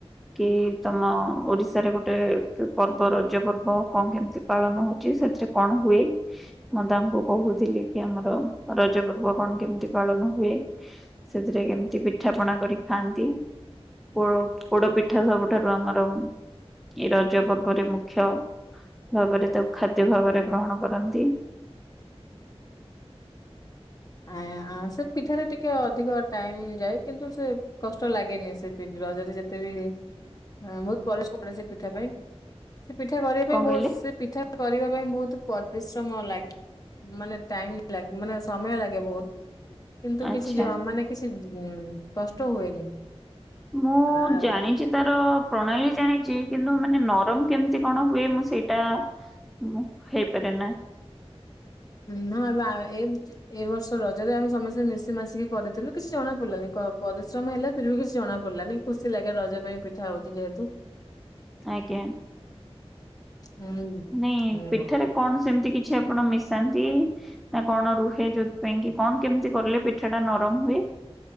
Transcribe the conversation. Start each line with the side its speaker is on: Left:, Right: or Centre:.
Centre: କି ତମ ଓଡିଶାରେ ଗୋଟେ ପର୍ବ ରଜପର୍ବ କଣ କେମିତି? ପାଳନ ହଉଛି ସେଥିରେ କଣ ହୁଏ ମନ୍ଦା ଆମକୁ କହୁଥିଲେକି ଆମର ରଜପର୍ବ କଣ କେମିତି ପାଳନ ହୁଏ? ସେଥିରେ କେମିତି ପିଠାପଣା କରି ଖାଆନ୍ତି? ପୋଡ ପୋଡପିଠା ସବୁଠାରୁ ଆମର ଏ ରଜ ପର୍ବରେ ମୁଖ୍ୟ ଭାବରେ ତାକୁ ଖାଦ୍ୟ ଭାବରେ ଗ୍ରହଣ କରନ୍ତି।
Left: ଆଇଁଆ ଆଁ ସେ ପିଠାରେ ଟିକେ ଅଧିକ ଟାଇମ ଯାଏ କିନ୍ତୁ ସେ କଷ୍ଟ ଲାଗେନି ସେ ପି ରଜରେ ଯେତେବି ଏଁ ବହୁତ ପରିଶ୍ରମ <unintelligible> ସେ ପିଠା ପାଇଁ। ସେ ପିଠା କରିବା
Centre: କଣ
Left: ପାଇଁ ବହୁତ
Centre: କହିଲେ
Left: ସେ ପିଠା କରିବା ପାଇଁ ବହୁତ ପରିଶ୍ରମ ଲାଗେ ମାନେ ଟାଇମ ଲାଗେ ମାନେ ସମୟ ଲାଗେ। ବହୁତ କିନ୍ତୁ
Centre: ଆଚ୍ଛା
Left: କିଛି ଜ ମାନେ କିଛି କଷ୍ଟ ହୁଏନି।
Centre: ମୁଁ
Left: ଆ
Centre: ଜାଣିଚି। ତାର ପ୍ରଣାଳୀ ଜାଣିଚି କିନ୍ତୁ ମାନେ ନରମ କେମିତି କଣ ହୁଏ ମୁଁ ସେଇଟା ମୁଁ ହେଇପାରେନା
Left: ନୂଆଗାଁ ଏମ ଏ ବର୍ଷ ରଜରେ ଆମେ ସମସ୍ତେ ମିସି ମାସିକି କରିଥିଲୁ କିଛି ଜଣା ପଡିଲାନି କ ପରିଶ୍ରମ ହେଲା ଫିରବି କିଛି ଜଣା ପଡିଲାନି। ଖୁସି ଲାଗେ ରଜପାଇଁ ପିଠା ହଉଚି ଯେହେତୁ।
Centre: ଆଜ୍ଞା।
Left: <unintelligible>
Centre: ନାଇଁ
Left: ହୁଁ,
Centre: ପିଠାରେ କଣ ସେମିତି କିଛି ଆପଣ ମିଶ ତାନ୍ତି ନା କଣ ରୁହେ ଯୋଉଥିପାଇଁକି କଣ କେମିତି କଲେ ପିଠାଟା ନରମ ହୁଏ?